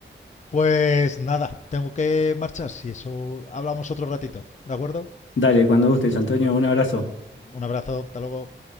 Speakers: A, on the left; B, on the left.
A: pues nada, tengo que marchar. Si eso hablamos otro ratito, ¿de acuerdo?
B: Dale, cuando gustes, Antonio, un abrazo.
A: Un abrazo, hasta luego.